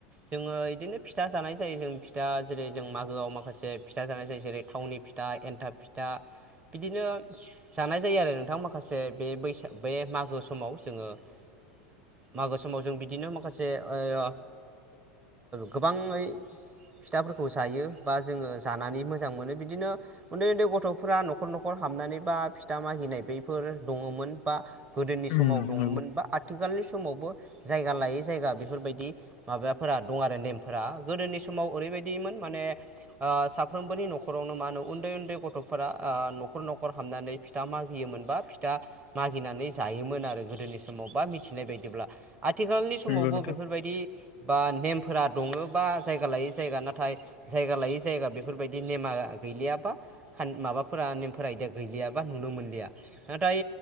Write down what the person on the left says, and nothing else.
उम
नंगौ
नंगौ नोंथां